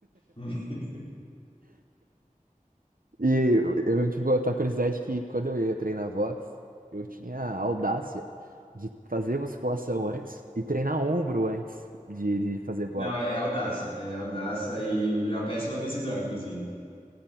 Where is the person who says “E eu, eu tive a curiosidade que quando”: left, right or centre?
Right